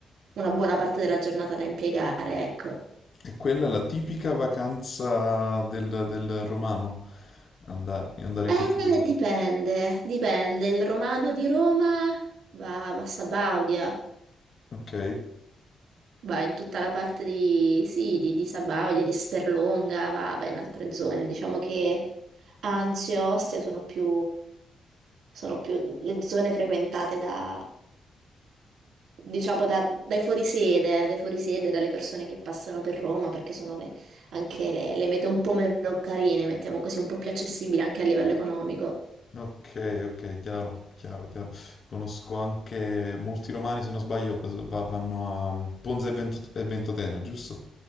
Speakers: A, on the right; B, on the left.
A: una buona parte della giornata da impiegare, ecco.
B: E quella è la tipica vacanza del, del romano, andare, andare in
A: Eh,
B: questi due posti.
A: dipende, dipende. Il romano di Roma va, va a Sabaudia,
B: Ok,
A: va in tutta la parte di, sì, di, di Sabaudia, di Sperlonga, va, va in altre zone. Diciamo che Anzio e Ostia sono più, sono più le zone frequentate da, diciamo, da- dai fuorisede, dai fuorisede, dalle persone che passano per Roma, perché sono le- anche le, le mete un po' meno carine, mettiamo così, un po' più accessibili anche a livello economico.
B: ok, ok, chiaro, chiaro, chiaro. Conosco anche molti romani, se non sbaglio, s- va- vanno a mm, Ponza e Vento- e Ventotene, giusto?